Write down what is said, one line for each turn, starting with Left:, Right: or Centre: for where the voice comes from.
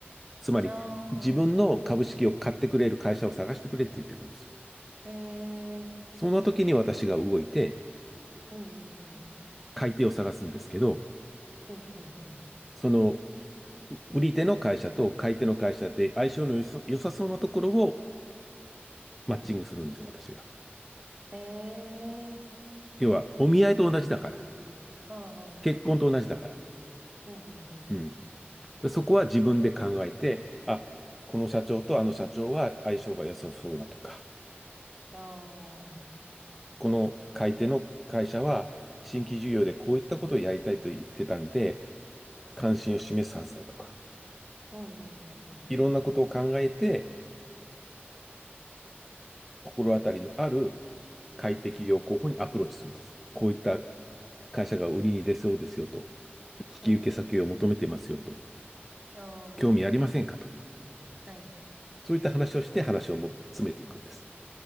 Centre: つまり自分の株式を買ってくれる会社を探してくれって言ってくるんですよ。
Right: ああ。ええ。
Centre: その時に私が動いて、
Right: うんうんうん。
Centre: 買い手を探すんですけど、
Right: うんうんうん。
Centre: その、売り手の会社と買い手の会社で相性の良さ、良さそうなところをマッチングするんですよ、私が。
Right: ええ。
Centre: 要は、お見合いと同じだから。
Right: ああ。うんうんうん。
Centre: 結婚と同じだから。
Right: うんうんうん。
Centre: うん。でそこは自分で考えて、あ、この社長とあの社長は相性が良さそうだとか、
Right: ああ。
Centre: この買い手の会社は新規事業でこういったことをやりたいと言ってたんで、関心を示すはずだとか、
Right: うんうんうんうんうん。
Centre: いろんなことを考えて、心当たりのある快適業候補にアプローチするんです。こういった会社が売りに出そうですよと、引き受け先を求めてますよと、
Right: うんうん。あ
Centre: 興味ありませんかと、
Right: あ、はい。
Centre: そういった話をして話をも詰めていくんです。